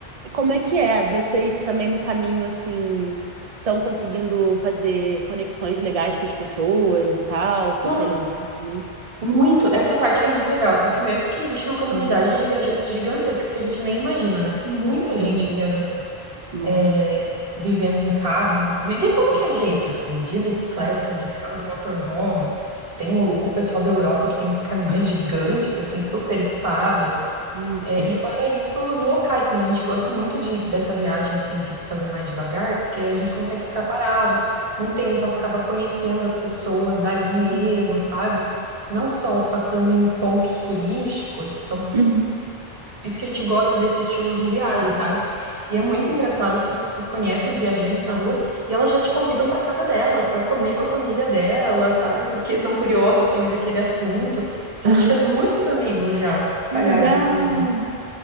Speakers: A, on the right; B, on the right.
A: como é que é? Vocês também no caminho, assim, estão conseguindo fazer conexões legais com as pessoas e tal, socializar
B: Nossa,
A: também?
B: muito. Essa parte que é muito legal, assim. Primeiro porque existe uma comunidade
A: Uhum,
B: de viajantes gigantesca que a gente nem imagina, né? Tem muita gente
A: uhum.
B: viajando,
A: Nossa.
B: é, vivendo em carro, em mo- de, de tudo
A: entendo.
B: que é jeito, assim, de bicicleta,
A: Aham,
B: de carro, de motorhome. Tem
A: sim.
B: o, o pessoal da Europa que tem uns caminhões gigantes, assim, super equipados.
A: Nossa.
B: É, e fora isso, os locais também. A gente gosta muito de, dessa viagem, assim, de fazer mais devagar, porque a gente consegue ficar parado num tempo, acaba conhecendo as pessoas dali mesmo,
A: Uhum,
B: sabe? Não só passando em pontos turísticos. Então,
A: uhum,
B: isso que a gente gosta desse estilo de viagem, sabe? E é muito
A: sim.
B: engraçado
A: <laughs>
B: porque as pessoas conhecem os viajantes na rua e elas já te convidam para casa delas, para comer com a família delas, sabe? Porque são curiosos também daquele assunto. Então,
A: Ah,
B: a gente fez muitos amigos já espalhados
A: legal!
B: aí pelo mundo.